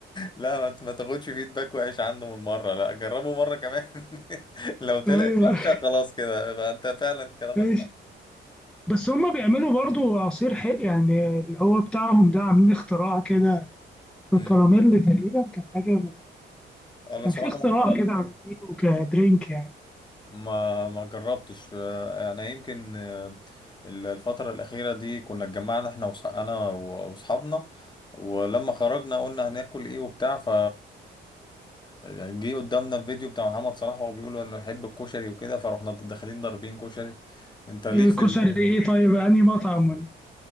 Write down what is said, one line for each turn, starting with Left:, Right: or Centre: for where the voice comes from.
Left: لا ما ت- ما تاخدش فيدباك وحش عنه من مرة لا جربه مرة كمان <laughs> لو طلعت
Centre: ايوه
Left: وحشة خلاص كده يبقى انت فعلا كلامك
Centre: ماشي
Left: صح
Centre: بس هما بيعملوا برضو عصير حق يعني اللي هو بتاعهم ده عاملين اختراع كده
Left: امم
Centre: بالكراميل تقريبا كان حاجة من...
Left: انا
Centre: كان
Left: صراحة
Centre: في اختراع كده عاملينه
Left: ما...
Centre: كدرينك يعني
Left: ما ما جربتش آه، انا يمكن آه، ال- الفترة الأخيرة دي كنا اتجمعنا احنا وص... انا و- واصحابنا ولما خرجنا قلنا هناكل ايه وبتاع ف جه قدامنا الفيديو بتاع محمد صلاح وهو بيقول انا بحب الكشري وكده فرحنا داخلين ضاربين كشري انت ليك
Centre: آه،
Left: في
Centre: كشري
Left: ال...
Centre: ايه طيب انهي مطعم